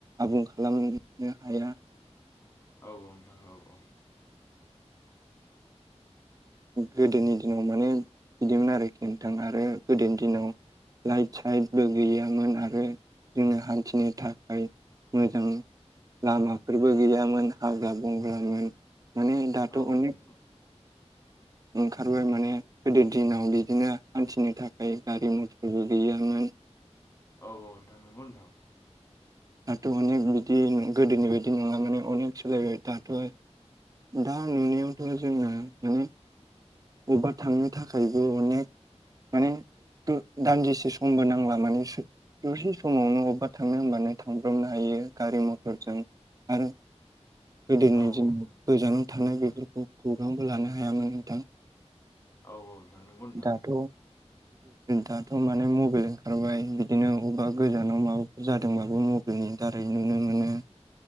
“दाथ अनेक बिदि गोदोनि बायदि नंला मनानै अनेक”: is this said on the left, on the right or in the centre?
Right